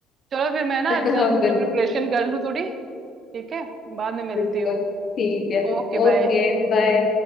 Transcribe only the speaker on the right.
चलो फिर मैं ना
एग्जाम की प्रिपरेशन कर लूँ थोड़ी ठीक है बाद में मिलती
हूँ
Okay
bye